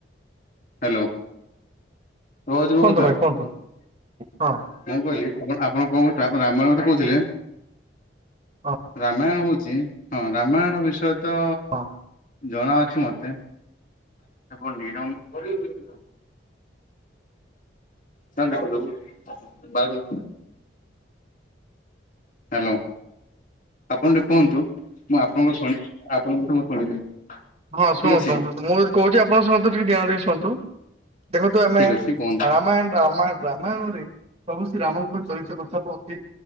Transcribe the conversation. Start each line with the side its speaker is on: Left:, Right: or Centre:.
Left: ହ୍ୟାଲୋ ରଜ ମୋ
Right: କୁହନ୍ତୁ
Left: କଥା।
Right: ଭାଇ କୁହନ୍ତୁ ହଁ
Left: କଣ କହିଲି ଆଣ ଆପଣ କଣ କ ରାମାୟଣ କଥା କହୁଥିଲେ।
Right: ହଁ
Left: ରାମାୟଣ ହଉଛି ହଁ ରାମାୟଣ ବିଷୟ ତ
Right: ହଁ
Left: ଜଣାଅଛି ମତେ <unintelligible> <unintelligible> ହ୍ୟାଲୋ ଆପଣ ଟିକେ କୁହନ୍ତୁ। ମୁଁ ଆପଣଙ୍କ ଶୁଣ ଆପଣଙ୍କ କଥା ମୁଁ ଶୁଣିବି।
Right: ହଁ
Left: ଠିକ
Right: ଶୁଣନ୍ତୁ
Left: ଅଛି
Right: ମୁଁ ଯଦି କହୁଛି ଆପଣଙ୍କ ସନ୍ତେ ଟିକେ ଧ୍ୟାନ ଦେଇି ଶୁଣନ୍ତୁ। ଦେଖଛୁ ଆମେ
Left: ଠିକ ଅଛି କୁହନ୍ତୁ
Right: ରାମାୟଣ ରାମାୟଣ ରାମାୟଣରି ପ୍ରଭୁ ଶ୍ରୀ ରାମଙ୍କ ଚରିତ୍ର କଥା କଉଛି